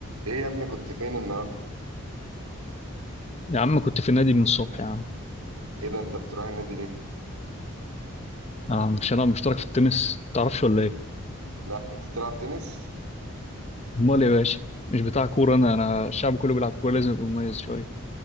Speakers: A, on the right; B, on the left.
A: ايه يا ابني كنت فين النهارده
B: يا عم كنت في النادي من الصبح يا عم
A: ايه ده انت بتروح النادي ليه
B: آه، مش انا مشترك في التنس متعرفش ولا ايه
A: لا انت بتلعب تنس
B: امال يا باشا مش بتاع كوره انا انا الشعب كله بيلعب كوره لازم ابقى مميز شويه